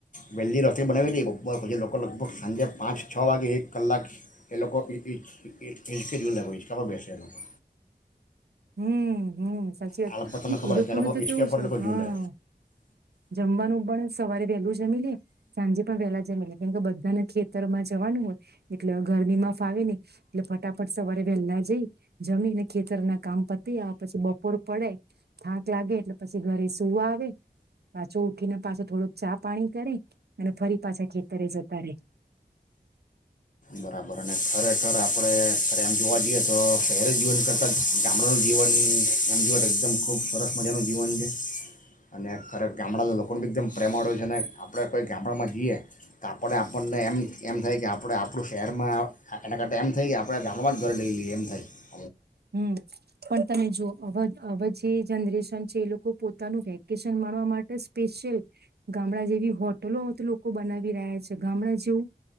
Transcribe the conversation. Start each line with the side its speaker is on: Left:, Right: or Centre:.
Left: વહેલ્લી રસોઈ બનાવી લે બપો પછી લોકો લગભગ સાંજે પાંચ છો વાગે એક કલાક એ લોકો ઇ-ઇ-ઇ-ઇચ-ઇંચકે ઝૂલે ઇંચકા પર બેસે એ લોકો.
Right: હમ્મ હમ્મ. સાચી વાત,
Left: આ લોકો તમને ખબર
Right: એ લોકોનું
Left: છે કે આ લોકો
Right: તો
Left: હિચકે
Right: કેવું
Left: પર
Right: છે
Left: એ લોકો
Right: હા,
Left: ઝૂલે
Right: જમવાનું પણ સવારે વહેલું જમી લે સાંજે પણ વહેલા જમી લે કેમ કે બધાને ખેતર માં જવાનું હોય, એટલે ગરમી માં ફાવે નહી, એટલે ફટાફટ સવારે વહેલા જઈ, જમીને ખેતરના કામ પતી આવે પછી બપોર પડે, થાક લાગે એટલે પછી ઘરે સુૂ આવે, પાછો ઉઠીને પાછો થોડોક ચા પાણી કરે, અને ફરી પાછા ખેતરે જતારે.
Left: બરાબર અને ખરેખર આપણે ખરે એમ જોવા જઈએ તો શહેરી જીવન કરતાં જ ગામડાનું જીવન એમ જએ તો એકદમ ખૂબ સરસ મજાનું જીવન છે, અને ખરે ગામડાના લોકોને બી એકદમ પ્રેમાળ હો છે અને આપણે કોઈ ગામડામાં જઈએ, તો આપણે આપણને એમ એમ થાય કે આપણે આપણું શહેરમાં એના કરતા એમ થાય કે આપણા ગામડામાં જ ઘર લઈલી એમ થાય.
Right: હમ, પણ તમે જો અ અવે જે જનરેશન છે એ લોકો પોતાનું વેકેશન માણવા માટે સ્પેશિયલ, ગામડા જેવી હોટલો તો લોકો બનાવી રહ્યા છે, ગામડા જેવું